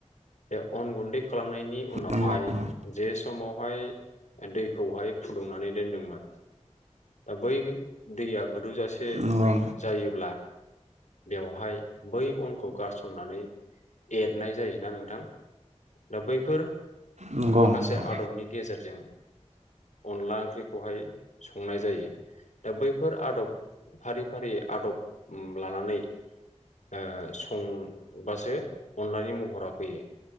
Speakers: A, on the left; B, on the right.
A: बे अन गुन्दै खालामनायनि उनावहाय
B: नंगौ नोंथां
A: जे समावहाय दैखौहाय फुदुंनानै दोनदोंमोन दा बै दैया गोदौजासे
B: नंगौ नंगौ
A: जायोब्ला बेवहाय बै अनखौ गारसननानै एरनाय जायोना नोंथां दा बैफोर
B: नंगौ
A: माखासे
B: नोंथां
A: आदबनि गेजेरजों अनला ओंख्रिखौहाय संनाय जायो दा बैफोर आदब फारि-फारि आदब लानानै ओ संबासो अनलानि महरा फैयो।